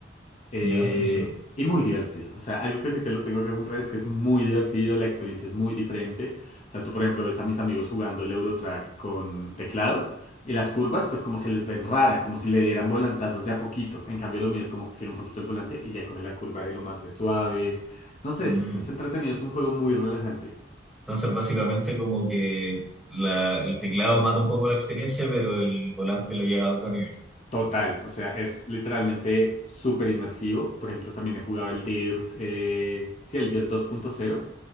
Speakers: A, on the left; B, in the centre.
A: Eh,
B: Ya, buenísimo.
A: y muy divertido. O sea, algo que sí te lo tengo que comprar es que es muy divertido, la experiencia es muy diferente. O sea, tú, por ejemplo, ves a mis amigos jugando el Eurotrack con teclado y las curvas, pues como se les ven rara, como si le dieran volantazos de a poquito. En cambio, lo mío es como gira un poquito el volante y ya coge la curva de lo más de suave. No sé,
B: Mm.
A: es, es entretenido, es un juego muy relajante.
B: Entonces, básicamente, como que la- el teclado mata un poco la experiencia, pero el volante lo llega a otro nivel.
A: Total, o sea, es literalmente súper inmersivo. Por ejemplo, también he jugado el Dirt, eh, sí, el Dirt dos punto cero